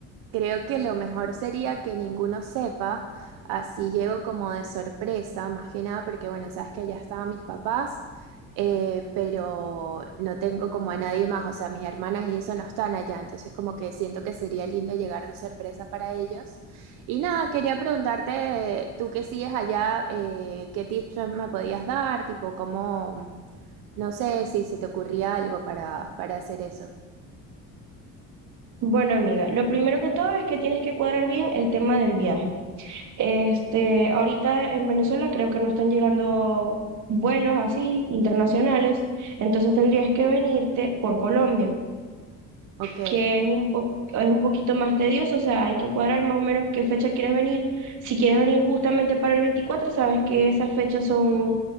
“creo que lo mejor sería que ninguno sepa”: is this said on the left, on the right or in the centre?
Right